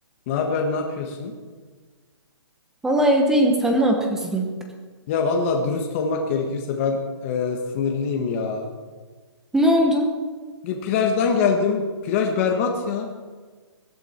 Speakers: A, on the left (about 30°); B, in the centre.
A: Ne haber, ne yapıyorsun?
B: Valla evdeyim. Sen ne yapıyorsun?
A: Ya valla dürüst olmak gerekirse ben e, sinirliyim ya.
B: Ne oldu?
A: Ge- Plajdan geldim. Plaj berbat ya.